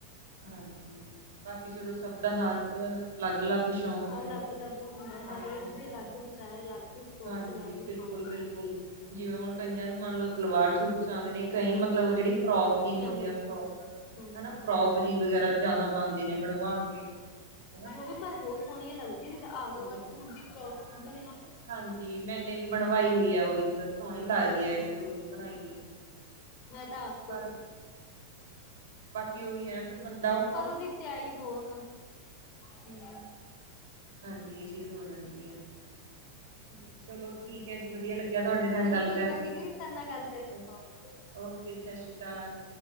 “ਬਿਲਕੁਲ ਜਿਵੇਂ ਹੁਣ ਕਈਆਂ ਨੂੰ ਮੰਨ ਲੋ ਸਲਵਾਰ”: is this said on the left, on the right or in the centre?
Right